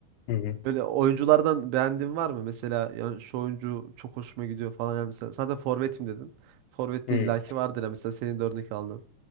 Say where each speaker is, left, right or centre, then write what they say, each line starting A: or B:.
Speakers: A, on the left; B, on the right.
A: hı hı,
B: Böyle oyunculardan beğendiğin var mı? Mesela yani şu oyuncu çok hoşuma gidiyor falan. Yani mesela zaten forvetim dedin. Forvette
A: hı.
B: illaki vardır ya mesela senin de örnek aldın.